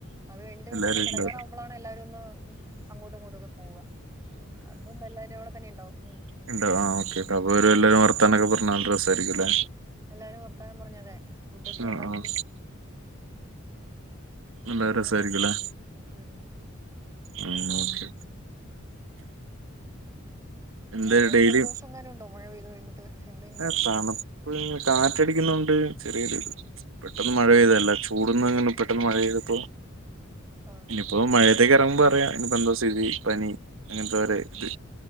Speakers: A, on the right (about 15°); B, on the right (about 70°).
A: അത് കഴിഞ്ഞിട്ട് പിന്നെ
B: എല്ലാരും
A: ഒന്ന് കിടക്കാറാവുമ്പോളാണ്
B: ഉണ്ടാവും
A: എല്ലാരും ഒന്ന് ഉം അങ്ങോട്ടും ഇങ്ങോട്ടും ഒക്കെ പോവുക അതിനുമുമ്പ് എല്ലാവരും അവിടെ തന്നെ ഉണ്ടാവും ഉം
B: ഉണ്ടോ ആഹ് ഓക്കെ അപ്പൊ ഒരു എല്ലാരും വർത്താനൊക്കെ പറഞ്ഞു നല്ല രസായിരിക്കും അല്ലേ
A: എല്ലാരും വർത്താനം പറഞ്ഞതെ ഫുഡൊക്കെ
B: ആ
A: ഉണ്ടാക്കി
B: ആ നല്ല
A: അങ്ങനെയൊക്കെ
B: രസായിരിക്കുംലേ
A: ഉം
B: ആഹ് ഓക്കെ
A: <unintelligible>
B: എന്താ ഡെയിലി
A: ജലദോഷങ്ങാനും ഉണ്ടോ മഴ പെയ്ത് കഴിഞ്ഞിട്ട് എന്താ ഇങ്ങനെ
B: ഏഹ് തണുപ്പ് ഇങ്ങനെ കാറ്റടിക്കുന്നുണ്ട് ചെറിയൊരു ഇത് പെട്ടന്ന് മഴ പെയ്തല്ല ചൂട്ന്ന് അങ്ങനെ പെട്ടെന്ന് മഴ പെയ്തപ്പോ
A: ആഹ്
B: അപ്പൊ മഴയത്തേക്ക് ഇറങ്ങുമ്പോൾ അറിയാ ഇനിപ്പോ എന്താ സ്ഥിതി പനി അങ്ങനത്തെ ഒരു ഇത്